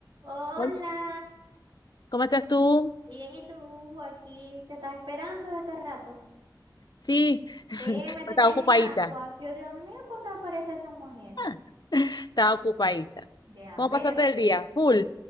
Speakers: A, on the right; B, on the left.
A: Hola,
B: Hola, ¿cómo estás tú?
A: bien, ¿y tú? Aquí te estás esperando de hace rato.
B: Sí, <laughs>
A: Sí, me tenías
B: estaba ocupadita.
A: en agua. Yo, Dios mío, cuando aparece esa mujer?
B: Ah, estaba ocupadita.
A: Ya
B: ¿Cómo
A: veo.
B: pasaste el día? Full.